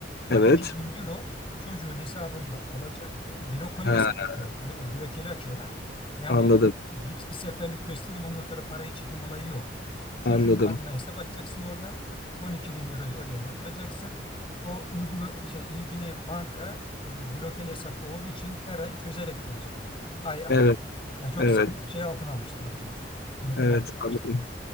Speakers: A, on the left; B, on the left.
A: 12
B: evet.
A: bin euro çocuğun hesabında olacak ve blokoli
B: Ha,
A: hesap açıyorlar. Blo- e, blokeli açıyorlar. Yani
B: anladım
A: bir, bir seferlik göstereyim ondan sonra parayı çekim olayı yok. Çocuğun
B: anladım.
A: adına hesap açacaksın orada. 12 bin euroyu oraya yatıracaksın. O uygulu e, şey ilgili banka e, blokeli hesap olduğu için her ay çözerek verecek ona. Ay ay.
B: Evet.
A: Yani çok
B: Evet,
A: sıkı şey altına almışlar adamlar. Denetim
B: evet
A: altına almışlar.
B: anladım.